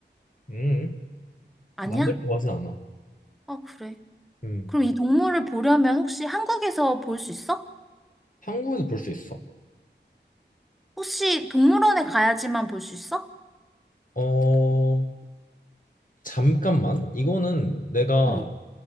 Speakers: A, on the left; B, in the centre.
A: 음.
B: 아니야?
A: 나무를 좋아하진 않아
B: 아, 그래.
A: 음.
B: 그럼 이 동물을 보려면 혹시 한국에서 볼 수 있어?
A: 한국에서 볼 수 있어
B: 혹시 동물원에 가야지만 볼 수 있어?
A: 어 잠깐만 이거는 내가
B: 어,